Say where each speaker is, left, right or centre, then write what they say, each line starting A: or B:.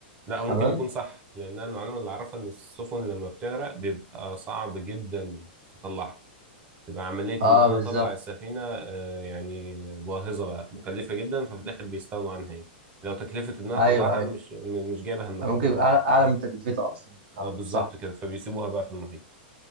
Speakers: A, on the right; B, on the right.
A: لا هو
B: تمام
A: ممكن يكون صح لان انا المعلومه اللي اعرفها ان السفن لما بتغرق بيبقى صعب جدا تطلعها بيبقى عمليه
B: اه
A: ان انا
B: بالظبط
A: اطلع السفينه آه، يعني باهظه بقى مكلفه جدا ففي الاخر بيستغنوا عنها يعني لو تكلفه ان انا اطلعها
B: ايوه ايوه
A: مش م- مش جايبه همها
B: ممكن يبقى اعلى أعلى من تكلفتها اصلا آه،
A: آه، بالظبط
B: صح
A: كده فبيسيبوها بقى في المحيط